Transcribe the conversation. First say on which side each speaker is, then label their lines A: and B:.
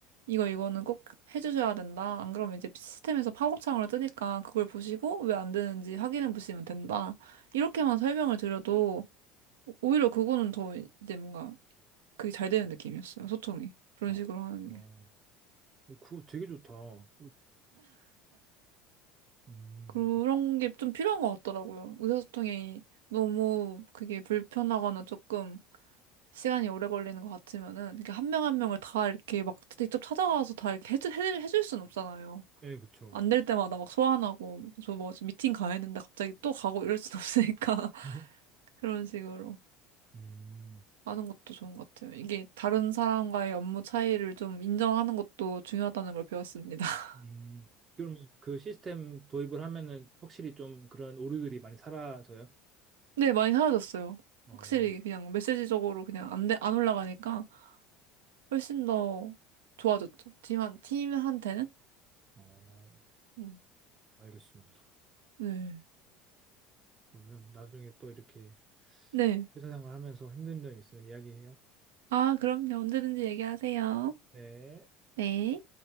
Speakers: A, on the right; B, on the right.
A: 이거 이거는 꼭 해주셔야 된다. 안 그러면 이제 시스템에서 팝업창으로 뜨니까 그걸 보시고 왜 안 되는지 확인해 보시면 된다. 이렇게만 설명을 드려도 오히려 그거는 더 이제 뭔가 그게 잘 되는 느낌이었어요. 소통이. 그런
B: 어,
A: 식으로 하는
B: 어.
A: 게.
B: 어, 그거 되게 좋다. 어, 음,
A: 그런 게 좀 필요한 것 같더라고요. 의사소통이 너무 그게 불편하거나 조금 시간이 오래 걸리는 것 같으면은 이렇게 한 명 한 명을 다 이렇게 막 직접 찾아가서 다 이렇게 해주, 해, 해줄 순 없잖아요.
B: 네, 그쵸.
A: 안 될 때마다 막 소환하고 저 뭐 미팅 가야 했는데 갑자기 또 가고 이럴 순 없으니까 <laughs>
B: <laughs>
A: 그런 식으로
B: 음,
A: 하는 것도 좋은 것 같아요. 이게 다른 사람과의 업무 차이를 좀 인정하는 것도 중요하다는 걸 배웠습니다. <laughs>
B: 음. 그럼 그 시스템 도입을 하면은 확실히 좀 그런 오류들이 많이 사라져요?
A: 네, 많이 사라졌어요.
B: 어,
A: 확실히 그냥 메시지적으로 그냥 안, 돼, 안 올라가니까 훨씬 더 좋아졌죠. 팀한, 팀한테는?
B: 어,
A: 음.
B: 알겠습니다.
A: 네.
B: 그러면 나중에 또 이렇게
A: 네.
B: 회사 생활하면서 힘든 점 있으면 이야기해요.
A: 아, 그럼요. 언제든지 얘기하세요.
B: 네.
A: 네.